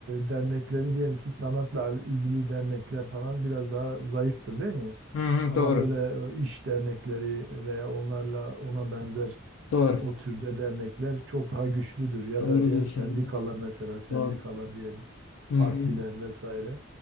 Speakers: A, on the right (about 60°); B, on the left (about 80°).
A: dernekleri diyelim ki sanatla ilgili dernekler falan biraz daha zayıftır değil mi?
B: Hmm,
A: Ama
B: doğru.
A: böyle e, iş dernekleri veya onlarla ona benzer
B: Doğru.
A: o türde dernekler çok daha güçlüdür. Ya
B: Doğru
A: da diyelim
B: diyorsunuz.
A: sendikalar mesela sendikalar
B: Doğru.
A: diyelim
B: Hmm,
A: partiler vesaire